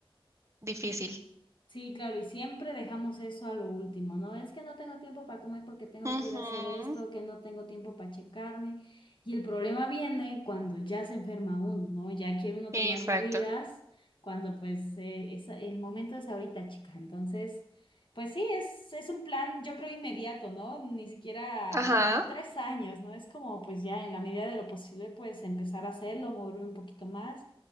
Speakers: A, on the right; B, on the left.
A: difícil.
B: Sí, claro, y siempre dejamos eso a lo último, ¿no? Es que no tengo tiempo para comer porque tengo
A: Ujú,
B: que ir a hacer esto, que no tengo tiempo para checarme. Y el problema viene cuando ya se enferma uno, ¿no? Ya quiere uno
A: Exacto.
B: tomar medidas cuando pues eh, es- el momento es ahorita, chica. Entonces, pues sí, es, es un plan, yo creo, inmediato, ¿no? Ni siquiera
A: Ajá,
B: en tres años, ¿no? Es como pues ya en la medida de lo posible pues empezar a hacerlo, moverme un poquito más